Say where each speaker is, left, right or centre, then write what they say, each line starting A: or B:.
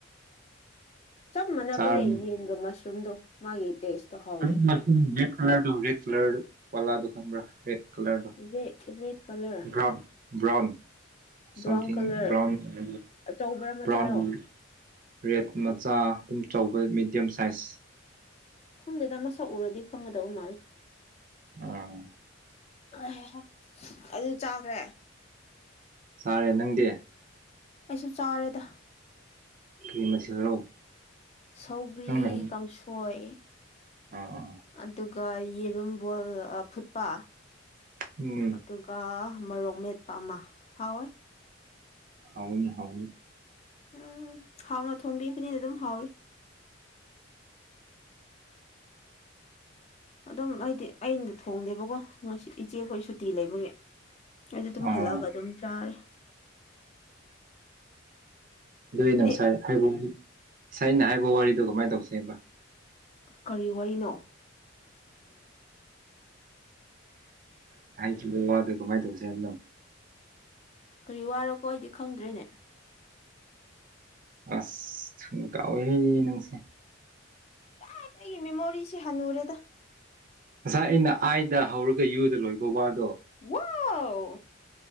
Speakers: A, on the left; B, on the right.
A: ꯆꯞ ꯃꯥꯟꯅꯕꯅꯦ
B: ꯆꯥꯔꯅꯤ
A: ꯌꯦꯟꯒ ꯃꯁꯔꯨꯝꯗꯣ ꯃꯥꯒꯤ ꯇꯦꯁꯇꯣ ꯍꯥꯎ
B: ꯑꯁꯤ ꯃꯁꯔꯨꯝ ꯔꯦꯠ ꯀꯂꯔꯗꯣ ꯔꯦꯠ ꯀꯂꯔ ꯄꯂꯥꯗꯣ ꯈꯪꯕ꯭ꯔꯥ ꯔꯦꯠ ꯀꯂꯔꯗꯣ
A: ꯔꯦ red colour
B: <unintelligible> brown something
A: brown colour
B: brown ꯂꯩꯌꯦ
A: ꯑꯆꯧꯕꯔ ꯃꯆꯥꯔꯣ
B: ꯕ꯭ꯔꯥꯎꯟꯒꯤ ꯔꯦꯠ ꯃꯆꯥ ꯌꯨꯝ ꯆꯧꯕ ꯃꯦꯗꯤꯌꯝ ꯁꯥꯏꯖ
A: ꯈꯪꯗꯦꯗ ꯃꯁꯛ ꯎꯔꯗꯤ ꯈꯪꯒꯗꯧ ꯃꯥꯂꯦ
B: ꯑꯥ
A: ꯑ ꯑꯗꯨ ꯆꯥꯈ꯭ꯔꯦ
B: ꯆꯥꯔꯦ ꯅꯪꯗꯤ
A: ꯑꯩꯁꯨ ꯆꯥꯔꯦꯗ
B: ꯀꯔꯤ ꯃꯊꯦꯜꯔꯣ
A: ꯁꯧꯒ꯭ꯔꯤ
B: ꯅꯪꯅ
A: ꯀꯥꯡꯁꯣꯏ
B: ꯑꯥ
A: ꯑꯗꯨ ꯑꯗꯨꯒ ꯌꯦꯔꯨꯝ ꯕꯣꯏꯜ ꯐꯨꯠꯄ
B: ꯎꯝ
A: ꯑꯗꯨꯒ ꯃꯣꯔꯣꯛ ꯃꯦꯠꯄ ꯑꯃ ꯍꯥꯎꯋꯦ
B: ꯑꯣ ꯍꯥꯎꯒꯅꯤ ꯍꯥꯎꯒꯅꯤ
A: ꯎꯝ ꯍꯥꯎꯅ ꯊꯣꯡꯕꯤꯕꯅꯤꯅ ꯑꯗꯨꯝ ꯍꯥꯎꯋꯤ ꯑꯗꯨꯝ ꯑꯩꯗꯤ ꯑꯩꯅ ꯊꯣꯡꯗꯦꯕꯀꯣ ꯉꯁꯤ ꯏꯆꯦꯈꯣꯏ ꯁꯨꯇꯤ ꯂꯩꯕꯒꯤ ꯑꯩꯗꯤ ꯑꯗꯨꯝ
B: ꯑꯥ
A: ꯍꯜꯂꯛꯑꯒ ꯑꯗꯨꯝ ꯆꯥꯔꯦ
B: ꯑꯗꯨ ꯑꯩꯅ
A: ꯍꯥꯏꯗꯤ
B: ꯉꯁꯥꯏ ꯍꯥꯏꯕꯕꯨ ꯉꯁꯥꯏ ꯑꯩꯅ ꯍꯥꯏꯕ ꯋꯥꯔꯤꯗꯣ ꯀꯃꯥꯏꯅ ꯇꯧꯁꯦꯕ
A: ꯀꯔꯤ ꯋꯥꯔꯤꯅꯣ
B: ꯑꯗꯨ ꯋꯥꯗꯨ ꯀꯃꯥꯏꯅ ꯇꯧꯁꯦ ꯍꯥꯏꯕꯅꯣ
A: ꯀꯔꯤ ꯋꯥꯔꯣꯀꯣ ꯑꯩꯗꯤ ꯈꯪꯗ꯭ꯔꯦꯅꯦ
B: ꯑꯁ ꯊꯨꯅ ꯀꯥꯎꯋꯦꯍꯦ ꯅꯪꯁꯦ
A: <unintelligible> ꯑꯩꯒꯤ ꯃꯦꯃꯣꯔꯤꯁꯦ ꯍꯟꯅꯨꯔꯦꯗ
B: ꯉꯁꯥꯏ ꯑꯩꯅ ꯑꯥꯏꯗ ꯍꯧꯔꯒ ꯌꯨꯗ ꯂꯣꯏꯕ ꯋꯥꯗꯣ
A: ꯋꯥꯎ